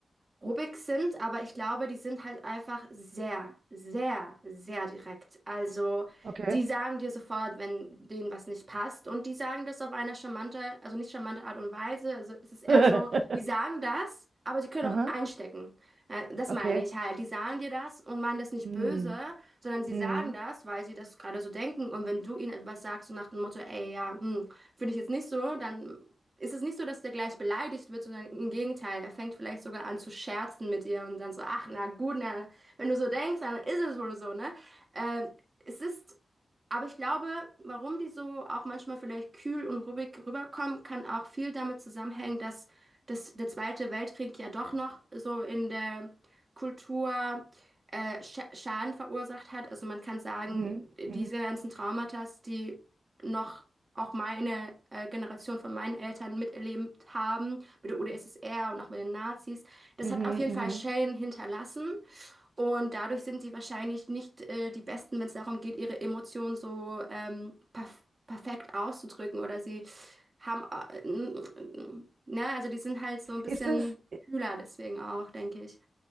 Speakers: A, on the right (about 35°); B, on the right (about 65°).
A: Rubiks sind, aber ich glaube, die sind halt einfach sehr, sehr, sehr direkt. Also
B: Okay.
A: die sagen dir sofort, wenn denen was nicht passt und die sagen das auf eine charmante, also nicht charmante Art und Weise. Also es ist eher
B: <laughs>
A: so, die sagen das, aber sie können
B: Aha,
A: auch einstecken. Äh, Das
B: okay.
A: meine ich halt. Die sagen dir das und meinen das nicht
B: Hm.
A: böse, sondern sie
B: Mhm.
A: sagen das, weil sie das gerade so denken. Und wenn du ihnen etwas sagst, so nach dem Motto, ey, ja, hm, finde ich jetzt nicht so, dann ist es nicht so, dass der gleich beleidigt wird, sondern im Gegenteil, er fängt vielleicht sogar an zu scherzen mit ihr und dann so, ach na gut, na, wenn du so denkst, dann ist es wohl so, ne? Ähm, es ist, aber ich glaube, warum die so auch manchmal vielleicht kühl und ruhig rüberkommen, kann auch viel damit zusammenhängen, dass, dass der Zweite Weltkrieg ja doch noch so in der Kultur äh, Scha- Schaden verursacht hat. Also man kann sagen,
B: Mhm.
A: diese
B: Mhm.
A: ganzen Traumata, die noch auch meine äh, Generation von meinen Eltern miterlebt haben, mit der UdSSR und auch mit den Nazis, das
B: Mhm.
A: hat auf jeden
B: Mhm.
A: Fall Schäden hinterlassen. Und dadurch sind sie wahrscheinlich nicht äh, die Besten, wenn es darum geht, ihre Emotionen so ähm, perf perfekt auszudrücken. Oder sie haben, äh, ne, also die sind halt so ein bisschen
B: Ist es.
A: kühler deswegen auch, denke ich.